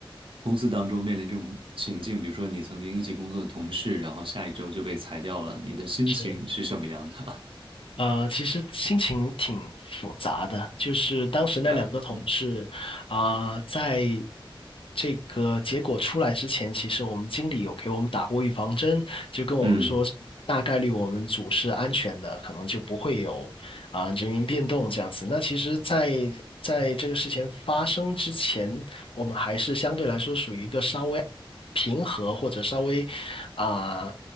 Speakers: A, on the right; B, on the left.
A: 公司当中面临这种情境，比如说你曾经一起工作的同事，然后下一周就被裁掉了，你的心情是什么样的？
B: 是。呃，其实心情挺复杂的，就是当时那两个同事，
A: <laughs> 明白。嗯
B: 啊、在这个结果出来之前，其实我们经理有给我们打过预防针，就跟我们说，
A: 嗯
B: 大概率我们组是安全的，可能就不会有啊、人员变动这样子。那其实在，在这个事情发生之前，我们还是相对来说属于一个稍微平和或者稍微啊、